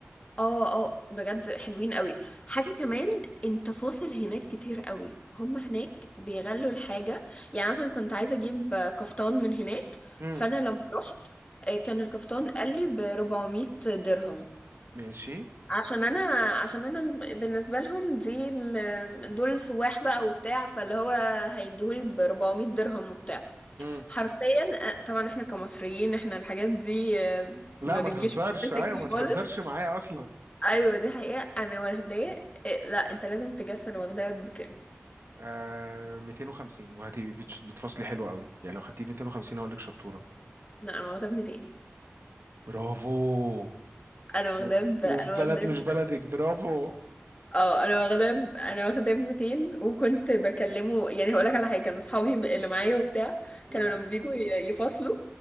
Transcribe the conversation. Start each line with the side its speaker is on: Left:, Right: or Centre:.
Left: اه اه بجد حلوين قوي حاجة كمان انت فاصل هناك كتير قوي هم هناك بيغلوا الحاجة يعني مثلا كنت عايزة اجيب كفتان من هناك
Right: مم.
Left: فانا لما رحت آه، كان الكفتان قال لي ب 400 درهم
Right: ماشي
Left: عشان انا عشان انا بالنسبة لهم دي م- دول سواح بقى وبتاع فاللي هو هيديهولي ب 400 درهم وبتاع
Right: مم.
Left: حرفيا آه، طبعا احنا كمصريين احنا الحاجات دي آه،
Right: لا
Left: ما
Right: ما
Left: بتجيش
Right: تهزرش
Left: في
Right: ايوه
Left: سكة
Right: ما
Left: خالص
Right: تهزرش معايا اصلا
Left: ايوه دي حقيقة انا واخداه إيه، لا انت لازم تجس انا واخداه بكام
Right: آه 250 وهتبقي بتش- بتفصلي حلو قوي يعني لو خدتي 250 هقول لك شطورة
Left: لا انا واخداه ب 200
Right: برافو
Left: انا واخداه
Right: و...
Left: ب...
Right: وفي
Left: انا
Right: بلد
Left: واخداه ب...
Right: مش بلدك برافو
Left: اه انا واخداه ب... انا واخداه ب 200 وكنت بكلمه يعني هقول لك على حاجة كانوا اصحابي اللي معايا وبتاع
Right: مم.
Left: كانوا لما بيجوا ي- يفصلوا